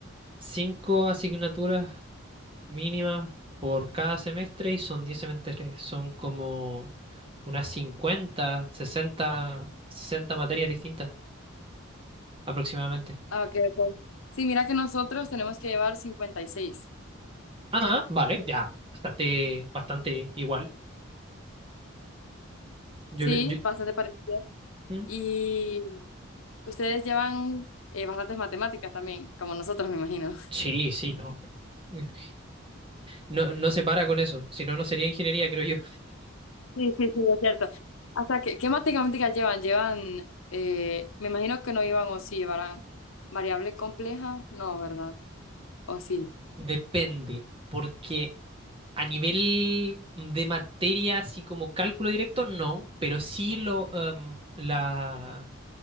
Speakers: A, on the right; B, on the left.
A: cinco asignaturas mínimas por cada semestre y son 10 semestres. Son como unas 50, 60, 60 materias distintas aproximadamente.
B: ah, ok, ok. Sí, mira que nosotros tenemos que llevar 56.
A: Ah, vale, ya. Bastante, bastante igual. Yo,
B: Sí,
A: yo-
B: bastante parecido.
A: mm,
B: Y ustedes llevan eh, bastantes matemáticas también, como nosotros, me imagino.
A: sí, sí, no. <laughs> No, no se para con eso. Si no, no sería ingeniería, creo yo.
B: Sí, sí, sí, es cierto. Hasta que, ¿qué matemáticas llevan? Llevan, eh, me imagino que no llevan o sí llevarán variable compleja, no, ¿verdad? O sí.
A: Depende, porque A nivel de materia, así como cálculo directo, no, pero sí lo, em, la-